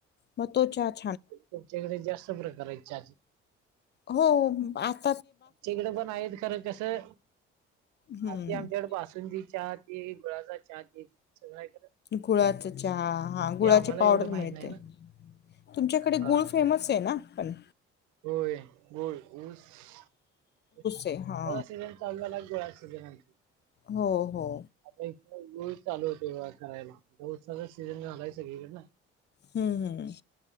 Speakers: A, on the left (about 35°); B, on the right (about 75°).
A: मग तो चहा -
B: तुमच्याकडे, जास्त प्रकार आहेत चहाचे.
A: हो आ -
B: तिकडं पण आहेत खरं कसं,
A: हम्म
B: आधी आमच्याकडं बासुंदी चहा पीत, गुळाचा चहा पीत सगळ इथ -
A: गुळाचा चहा- हा गुळाची
B: आम्हाला
A: पावडर
B: एवढं माहित
A: मिळते.
B: नाही ना.
A: तुमच्याकडे
B: हां,
A: गुळ
B: हां.
A: फेमस हे ना? पण.
B: होय, गोड ऊस - ऊस,
A: आहे हा
B: होय सीझन चालू झालाय, गुळाचा सीझन आमचा.
A: हो हो
B: आता इथं गूळ चालू होतोय बघा करायला. ऊसाचा सीझन झालाय सगळीकडे ना.
A: हूं हूं.